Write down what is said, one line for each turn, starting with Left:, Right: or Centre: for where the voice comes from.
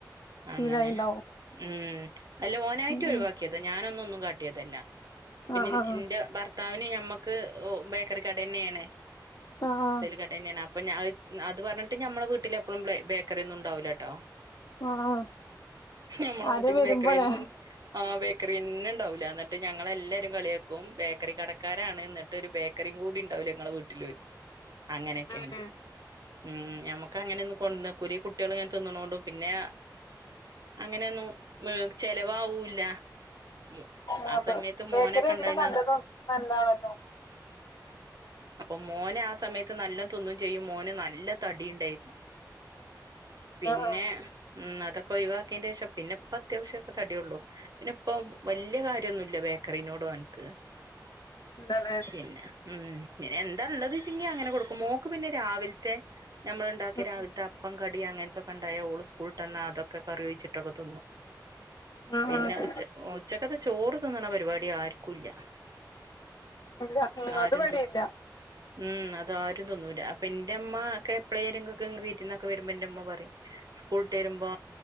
Left: ശീലായിണ്ടാവും
Right: അങ്ങനെ ഉം അല്ല ഓനായിട്ട്
Left: ഉം
Right: ഒഴിവാക്കിയത
Left: ഉം
Right: ഞാനൊന്നൊന്നും കാട്ടിയതല്ല പിന്നെ
Left: ആഹ് ആഹ്
Right: എന്റെ ഭർത്താവിന് ഞമ്മക്ക് ബേക്കറി കടന്നെയാണ്.
Left: ആഹ് ആഹ്
Right: കടേന്നെയാണ് അപ്പൊ അത് പറഞ്ഞിട്ട് മ്മളെ വീട്ടിലെപ്പഴും ബ്ലേ ബേക്കറി ഒന്നും ഉണ്ടാവൂല ട്ടോ
Left: ആഹ് ആഹ്
Right: നമ്മളെ
Left: ആരോ
Right: വീട്ട്ക്ക്
Left: വരുമ്പോലേ
Right: ബേക്കറി ൻ ആഹ് ബേക് ക്കറിയന്നെ ഇണ്ടാവൂല്ല എന്നിട്ട് ഞങ്ങളെല്ലരും കളിയാക്കും ബേക്കറി കടക്കാരാണ് എന്നിട്ട് ഒരു ബേ ക്കറി കൂടി ഉണ്ടാവൂലെ ഇങ്ങളെ വീട്ടില് ചോയിക്കും അങ്ങനെയൊക്കെയാണ്
Left: ആഹ്
Right: ഉം ഞമുക്ക് അങ്ങനൊന്നും കൊട്ന്നാഒക്കൂല ഈ കുട്ടികള് ഇങ്ങനെ തിന്നണോണ്ടും പിന്നെ അങ്ങനെയൊന്നും മ് ചെലവാവൂല്ല ഉം
Left: ആഹ്
Right: ആ
Left: ബേ
Right: സമയത്ത്
Left: ബേക്കറി
Right: മോനൊക്കെ
Left: അധികം
Right: ഉണ്ടായിന്ന
Left: നല്ലതൊ നല്ലാവോലൊ
Right: അപ്പം മോനാസമയത് ത്ത് നല്ല തിന്നും ചെയ്യും മോന് നല്ല തടി ഇ ണ്ടായിരുന്നു പിന്നെ
Left: ആഹ് ആഹ്
Right: ഉം അതൊക്കെ ഒഴിവാക്കിയന്റ ശേഷം പിന്നെപ്പത്യാവശ്യക്കെ തടിയുള്ളു പിന്നെപ്പോ വല്ല്യ കാര്യമൊന്നുല്ല ബേക്കറിനോട് ഓന്ക്ക്
Left: <unintelligible>
Right: ഉം പിന്നെ എന്താള്ളത് ചിങ്ങി അങ്ങനെ കൊടുക്കും മോക്ക് പിന്നെ രാവിൽത്തെ ഞമ്മൾ ഉണ്ടാക്കി
Left: ഉം
Right: രാവിലത്തെ അപ്പം കടി അങ്ങനത്തൊക്കെ ഉണ്ടായ ഓൾ സ്കൂൾട്ടന്നാ അതൊക്കെ കറിഒഴിച്ചിട്ടൊക്കെ തിന്നു
Left: ആഹ്
Right: പിന്നെ
Left: ആഹ്
Right: ഉച്ച ഉച്ചക്കത്തെ ചോറ് തിന്നണ പരിപാടി ആർക്കൂല്ല
Left: ഇല്ല ഉം
Right: ആരും
Left: അത് ഇവടിം
Right: തു
Left: ഇല്ല
Right: ഉം അ ആരും തിന്നൂല അപ്പ എന്റെ മ്മക്കെ എപ്പളേലുംങ്കൊക്കെ വിരുന്നൊക്കെ വരുമ്പോ എന്റെമ്മ പറയും സ്കൂളിട്ട് വരുമ്പോ